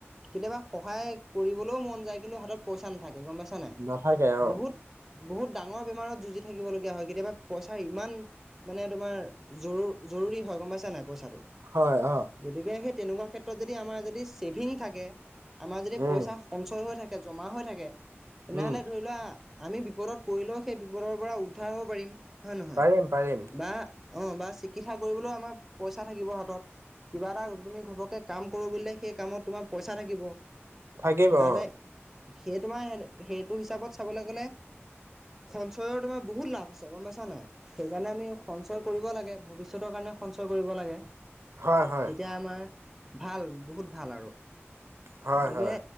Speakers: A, in the centre; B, on the right (about 65°).
A: কেতিয়াবা সহায় কৰিবলৈও মন যায় কিন্তু হাতত পইচা নাথাকে গম পাইছা নাই
B: নাথাকে অ
A: বহুত বহুত ডাঙৰ বেমাৰত যুঁজি থাকিবলগীয়া হয় কেতিয়াবা পইচাৰ ইমান মানে তোমাৰ জৰুৰ জৰুৰী হয় গম পাইছা নাই পইচাটো
B: হয় অ
A: গতিকে সেই তেনেকুৱা ক্ষেত্ৰত যদি আমাৰ যদি ছেভিং থাকে আমাৰ যদি
B: উম
A: পইচা সঞ্চয় হৈ থাকে জমা হৈ থাকে তেনেহলে
B: উম
A: ধৰি লোৱা আমি বিপদত পৰিলো সেই বিপদৰ পৰা উদ্ধাৰ হব পাৰিম। হয় নহয়
B: পাৰিম পাৰিম
A: বা অ বা চিকিৎসা কৰিবলৈও আমাৰ পইচা থাকিব হাতত কিবা এটা তুমি ঘপকে কাম কৰো বুলিলে সেই কামত তোমাৰ পইচা থাকিব
B: থাকিব
A: তেনেহ'লে
B: অ।
A: সেই তোমাৰ সেইটো হিচাপত চাবলৈ গ'লে সঞ্চয়ৰ তোমাৰ বহুত লাভ আছে গম পাইছা নাই সেইকাৰণে আমি সঞ্চয় কৰিব লাগে ভৱিষ্যতৰ কাৰণে স- সঞ্চয় কৰিব লাগে
B: হয় হয়
A: তেতিয়া আমাৰ ভাল বহুত ভাল আৰু
B: হয়
A: গতিকে
B: হয়